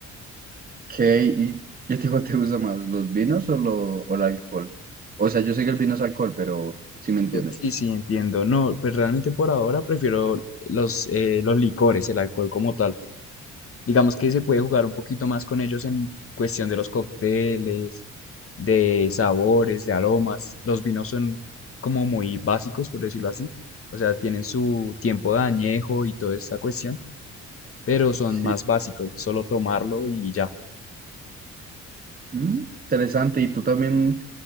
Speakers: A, on the right (about 30°); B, on the left (about 45°).
A: Ok, y ya te digo, ¿te gusta más los vinos o, lo, o el alcohol? O sea, yo sé que el vino es alcohol, pero si me entiendes.
B: Uh, Sí, sí, entiendo. No, pues realmente por ahora prefiero los, eh, los licores, el alcohol como tal. Digamos que se puede jugar un poquito más con ellos en cuestión de los cócteles, de sabores, de aromas. Los vinos son como muy básicos, por decirlo así. O sea, tienen su tiempo de añejo y toda esta cuestión. pero son
A: Sí.
B: más básicos, es solo tomarlo y ya.
A: Mm, interesante, ¿y tú también